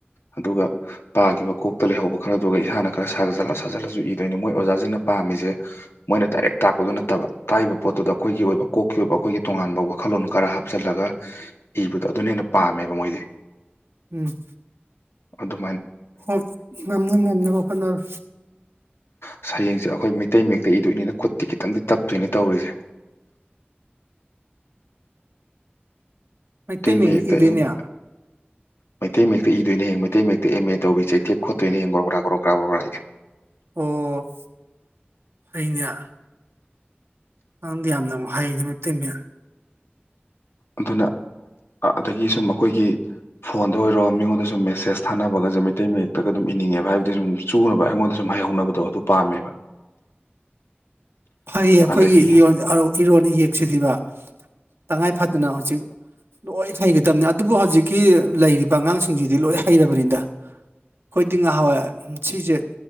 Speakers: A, on the left; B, on the right.
A: ꯑꯗꯨꯒ ꯄꯥꯈꯤꯕ ꯀꯣꯛꯇ ꯂꯩꯍꯧꯕ ꯈꯔ ꯑꯗꯨꯒꯒ ꯏꯁꯥꯅ ꯈꯔ ꯁꯥꯜꯂ ꯁꯥꯖꯤꯜꯂꯁꯨ ꯏꯗꯣꯏꯅꯤ ꯃꯣꯏ ꯑꯣꯖꯥꯁꯤꯡꯅ ꯄꯥꯝꯃꯤꯁꯦ ꯃꯣꯏꯅ ꯗꯥꯏꯔꯦꯛ ꯇꯥꯛꯄꯗꯨꯣ ꯅꯠꯇꯕ ꯇꯥꯛꯏꯕ ꯄꯣꯠꯇꯨꯗ ꯑꯩꯈꯣꯏꯒꯤ ꯑꯣꯏꯕ ꯀꯣꯛ ꯑꯣꯏꯕ ꯑꯩꯈꯣꯏꯒꯤ ꯇꯣꯉꯥꯟꯕ ꯋꯥꯈꯜꯂꯣꯟ ꯈꯔ ꯍꯥꯞꯆꯜꯂꯒ ꯏꯕꯗꯣ ꯑꯗꯨꯅ ꯍꯦꯟꯅ ꯄꯥꯝꯃꯦꯕ ꯃꯣꯏꯗꯤ
B: ꯎꯝ
A: ꯑꯗꯨ
B: ꯍꯣꯏ ꯉꯝꯅ ꯉꯝꯅꯕ ꯍꯣꯠꯅꯔꯣ
A: ꯑꯁ ꯍꯌꯦꯡꯁꯦ ꯑꯩꯈꯣꯏ ꯃꯩꯇꯩ ꯃꯌꯦꯛꯇ ꯏꯗꯣꯏꯅꯤꯅ ꯈꯨꯠꯇꯤ ꯈꯤꯇꯪꯗꯤ ꯇꯞꯇꯣꯏꯅꯤ ꯇꯧꯔꯤꯁꯦ
B: ꯃꯩꯇꯩ
A: ꯃꯌꯦꯛꯇ
B: ꯃꯌꯦꯛꯅ ꯏꯗꯣꯏꯅꯦ
A: ꯑꯦꯝ- ꯃꯩꯇꯩ ꯃꯌꯦꯛꯇ ꯏꯗꯣꯏꯅꯦ ꯍꯌꯦꯡ ꯃꯩꯇꯩ ꯃꯌꯦꯛꯇ ꯑꯦꯝ ꯑꯦ ꯇꯧꯕꯤ ꯆꯩꯊꯦꯛ ꯈꯣꯠꯇꯣꯏꯅꯦ ꯍꯌꯦꯡ ꯒꯣꯔꯣ ꯒꯥꯔꯥ ꯒꯣꯔꯣ ꯒꯥꯔꯥ ꯒꯣꯔꯣ ꯒꯥꯔꯥ ꯑꯩ
B: ꯑꯣ ꯍꯩꯅ꯭ꯌꯥ ꯅꯪꯗꯤ ꯌꯥꯝꯅꯕꯨ ꯍꯩꯅꯦ ꯃꯩꯇꯩ ꯃꯌꯦꯛ
A: ꯑꯗꯨꯅ ꯑ ꯑꯗꯒꯤ ꯁꯨꯝ ꯑꯈꯣꯏꯒꯤ ꯐꯣꯟꯗ ꯑꯣꯏꯔꯣ ꯃꯤꯉꯣꯟꯗ ꯁꯨꯝ ꯃꯦꯁꯦꯁ ꯊꯥꯅꯕꯒꯥꯖꯦ ꯃꯩꯇꯩ ꯃꯌꯦꯛꯇꯒ ꯑꯗꯨꯝ ꯏꯅꯤꯡꯉꯦꯕ ꯍꯥꯏꯕꯗꯤ ꯁꯨꯝ ꯆꯨꯅꯕ ꯑꯩꯉꯣꯟꯗ ꯁꯨꯝ ꯍꯩꯍꯧꯅꯕꯗꯣ ꯑꯗꯨ ꯄꯥꯝꯃꯦꯕ
B: ꯐꯩꯌꯦ ꯑꯈꯣꯏꯒꯤ
A: ꯑꯗꯒꯤ
B: ꯏꯔꯣꯟ ꯑꯔꯧ ꯏꯔꯣꯜ ꯏꯌꯦꯛꯁꯤꯗꯤꯕ ꯇꯉꯥꯏ ꯐꯗꯅ ꯍꯧꯖꯤꯛ ꯂꯣꯏ ꯍꯩꯒꯗꯕꯅꯤ ꯑꯗꯨꯕꯨ ꯍꯧꯖꯤꯛꯀꯤ ꯂꯩꯔꯤꯕ ꯑꯉꯥꯡꯁꯤꯡꯁꯤꯗꯤ ꯂꯣꯏ ꯍꯩꯔꯕꯅꯤꯗ ꯑꯩꯈꯣꯏꯗꯤ ꯉꯥꯍꯥꯋꯥꯏ ꯎꯝ ꯁꯤꯖꯦ